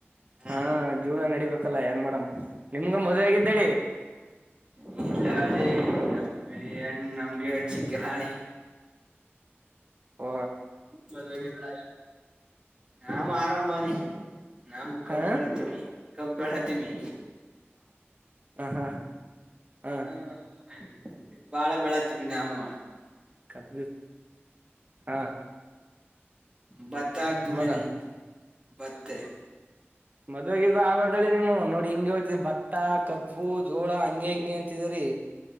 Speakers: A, on the right; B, on the right.
A: ಇಲ್ಲ
B: ಹಾ ಜೀವನ ನಡಿಬೇಕ. ಹಾಕಲ್ಲ ಏನ್ ಮೇಡಮ್ ನಿಮ್ಗ ಮದ್ವೆ ಆಗಿದ್ದಳಿ.
A: ಇಲ್ಲ <unintelligible> ಹೆಣ್ಣ ನಮ್ಗೆ ಹೆಣ್ಣ ಸಿಗತಿ. ಗಿರಾಳಿ.
B: ಓ.
A: ಮದ್ವೆ ಗಿದ್ವೆ ಆಗಿ, ಹ್ ಆರಾಮಾಗಿ ಆಗೋಣ ಬನ್ನಿ. ನಾಮ ಕಬ್
B: ಹಾ
A: ಬೆಳತ್ತೇವಿ ಕಬ್ಬಣತ್ತಮಿ
B: ಹ ಹಾ ಹಾ
A: ಹ್ಮ ಬಾಳ ಬೆಳತ್ತೀವಿ ನಾವು
B: ಕಬ್ ಹಾ
A: ಬತ್ತ ಮತ ಆಾಕ್ತಿ ಮೇನ
B: ಮದ
A: ಬತ್ತೆ
B: ಮದುವೆ ಇರ್ದು ಆಗು ಬಾರುದಳಿ ನೀವು ನೋಡಿ ಹಿಂಗಗೆ ಹೇಳ್ತ ಭತ್ತ ಕಬ್ಬು ಜೋಳ ಹಂಗಗೆ ಹಿಂಗಗೆ ಅಂತಿದರಿ